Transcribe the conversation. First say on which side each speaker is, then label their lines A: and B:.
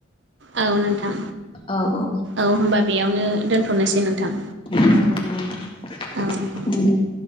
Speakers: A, on the right; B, on the left.
A: औ नोंथां।
B: औ
A: औ होनबा बेयावनो दोनथ'नोसै नोंथां।
B: औ दे।
A: औ औ